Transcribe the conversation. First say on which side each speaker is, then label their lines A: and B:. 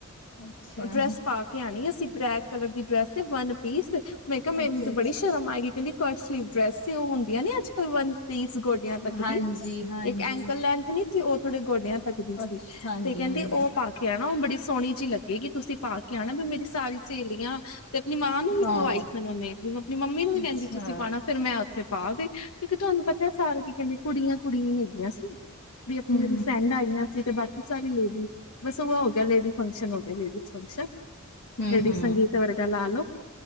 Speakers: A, on the left; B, on the left.
A: ਅੱਛਾ
B: ਡਰੈੱਸ ਪਾ ਕੇ ਕੇ ਆਣੀ ਅਸੀਂ ਬਲੈਕ ਕਲਰ ਦੀ ਡਰੈਸ ਤੇ ਵੰਨ ਪੀਸ ਮੈਂ ਕਿਹਾ ਮੈਨੂੰ
A: ਅੱਛਾ
B: ਤੇ ਬੜੀ ਸ਼ਰਮ ਆਏਗੀ ਕਹਿੰਦੀ ਕੱਟ ਸਲੀਵ ਡਰੈਸ ਸੀ ਉਹ ਹੁੰਦੀਆਂ ਨੇ ਅੱਜ ਕੱਲ੍ਹ ਵਨ ਪੀਸ ਗੋਡ ਗੋਡਿਆਂ
A: ਅੱਛਾ
B: ਤੱਕ
A: ਹਾਂਜੀ
B: ਦੀ
A: ਹਾਂਜੀ
B: ਇੱਕ ਐਂਕਲ ਲੈਂਥ ਨੀ ਸੀ ਉਹ ਥੋੜੇ ਗੋਡਿਆਂ ਤੱਕ ਦੀ
A: ਅੱਛਾ
B: ਸੀ
A: ਹਾਂਜੀ
B: ਤੇ ਕਹਿੰਦੀ
A: ਹਾਂਜੀ
B: ਉਹ ਪਾ ਕੇ ਆਨਾ ਓ ਬੜੀ ਸੋਨੀ ਜੀ ਲੱਗੇਗੀ ਤੁਸੀਂ ਪਾ ਕੇ ਆਨਾ ਵੀ ਮੇਰੀ ਸਾਰੀ ਸੇਲੀਆਂ ਤੇ ਆਪਨੀ ਮਾਂ ਨੂੰ ਵੀ
A: ਹਾਂ
B: ਪਵਾਈ ਸਨ ਓਨੇ ਵੀ ਆਪਨੀ ਮੰਮੀ ਨੂੰ ਵੀ
A: ਅੱਛਾ
B: ਕੈਂਦੀ ਤੁਸੀਂ ਪਾਨਾ ਫਿਰ ਮੈਂ ਓਥੇ ਪਾ ਗੇ ਕਿਓਂਕਿ ਤੁਆਨੂੰ ਪਤਾ ਸਾਰੇ ਕੀ ਕੈਂਦੇ ਕੁੜੀਆਂ-ਕੁੜੀਆਂ ਈ ਹੈਗੀਆਂ ਸੀ। ਵੀ ਆਪਨੀ
A: ਹਮ
B: ਓਦੀ ਫਰੈਂਡ ਆਈਆਂ ਸੀ ਤੇ ਬਾਕੀ ਸਾਰੀ ਲੇਡੀ ਬਸ ਓਹ ਹੋ ਗੇਆ ਲੇਡੀ ਫੰਕਸ਼ਨ ਹੋ ਗੇਆ ਲੇਡੀਜ਼ ਫੰਕਸ਼ਨ।
A: ਹੂੰ-ਹੂੰ,
B: ਲੇਡੀਜ਼ ਸੰਗੀਤ ਵਰਗਾ ਲਾ ਲੋ